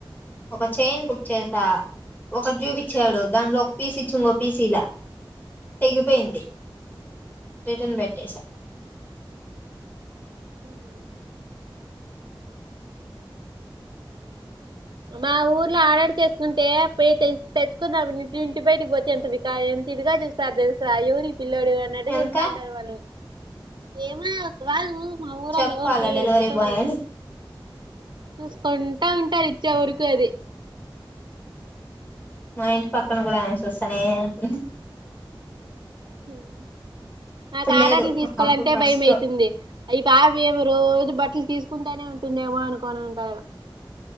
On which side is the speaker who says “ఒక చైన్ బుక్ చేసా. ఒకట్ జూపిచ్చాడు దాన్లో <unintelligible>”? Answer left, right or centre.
Left